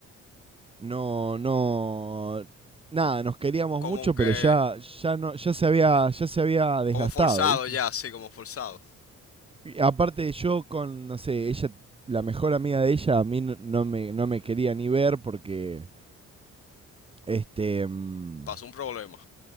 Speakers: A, on the right; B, on the left.
A: no, no, nada, nos queríamos
B: Como
A: mucho,
B: que,
A: pero ya, ya no, ya se había, ya se había desgastado,
B: como forzado
A: ¿viste?
B: ya, sí, como forzado.
A: Y aparte yo con, no sé, ella, la mejor amiga de ella, a mí no, no me, no me quería ni ver porque, este, mm,
B: Pasó un problema.